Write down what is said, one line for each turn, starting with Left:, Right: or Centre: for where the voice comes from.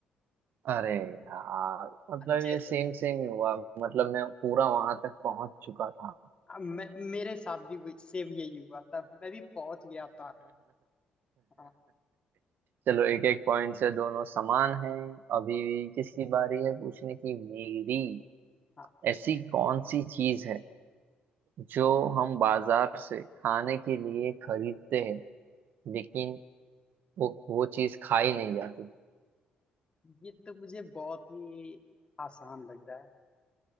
Right: अरे यार मतलब
Left: जैसे
Right: ये सेम सेम ही हुआ मतलब मैं पूरा वहां तक पहुंच चुका था
Left: मैं मेरे साथ भी वही- सेम यही हुआ था मैं भी पहुंच गया था हाँ
Right: चलो एक एक पॉइंट से दोनों समान हैं अभी किसकी बारी है पूछने की मेरी
Left: हाँ
Right: ऐसी कौन सी चीज है जो हम बाजार से खाने के लिए खरीदते हैं लेकिन वो वो चीज खाई नहीं जाती
Left: ये तो मुझे बहुत ही आसान लग रहा है